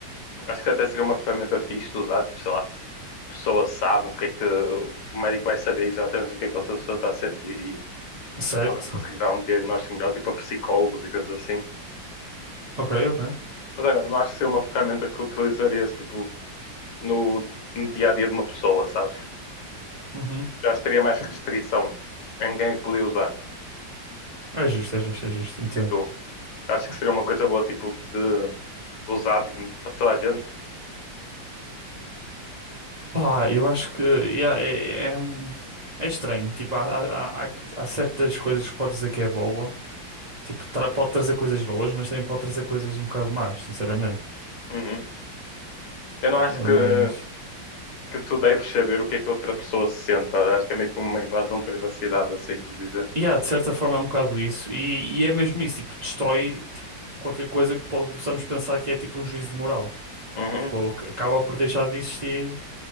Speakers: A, on the left; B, on the right.
A: Acho que até seria uma ferramenta fixe de usar, tipo, sei lá, a pessoa sabe o que é que o médico vai saber exatamente o que é que a pessoa está a sentir e
B: Certo.
A: talvez consegue dar um diagnóstico melhor, tipo, a psicólogos e coisas assim.
B: Ok, ok.
A: Mas agora, não acho que seria uma ferramenta que utilizaria-se, tipo, no, no dia a dia de uma pessoa, sabes?
B: Uhum.
A: Eu Acho que teria mais restrição em quem é que podia usar.
B: É justo, é justo, é justo, entendo.
A: E tu? Acho que seria uma coisa boa, tipo, de usar tipo, para toda a gente.
B: Pá, eu acho que yeah, é, é, é um- é estranho. Tipo, há, há, há há certas coisas que podes dizer que é boa, Tipo, tra- pode trazer coisas boas, mas também pode trazer coisas um bocado más, sinceramente.
A: Uhum. Eu não acho
B: Uh,
A: que eh,
B: Mas,
A: que tu deves saber o que é que a outra pessoa se sente. Acho que é meio que uma invasão de privacidade, assim por dizer.
B: yeah, de certa forma é um bocado isso. E, e é mesmo isso, tipo, destrói tipo, qualquer coisa que possamos pensar que é tipo um juízo de moral.
A: Uhum.
B: Tipo, ac- acaba por deixar de existir,